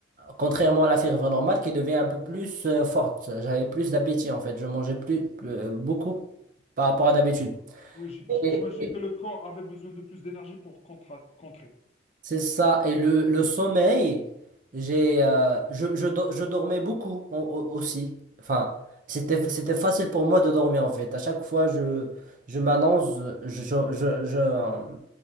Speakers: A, on the right (about 45°); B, on the left (about 35°).
A: contrairement à la fièvre normale, qui devient un peu plus euh, forte. J'avais plus d'appétit en fait. Je mangeais plus euh, beaucoup par rapport à d'habitude.
B: Oui, j- j-
A: Et-
B: j'imagine
A: et
B: que le corps avait besoin de plus d'énergie pour contra- contrer.
A: C'est ça. Et le, le sommeil, j'ai, euh, je, je, do- je dormais beaucoup au- au- aussi. Enfin, c'était, c'était facile pour moi de dormir en fait. À chaque fois, je, je m'allonge, je, je, je, je, euh,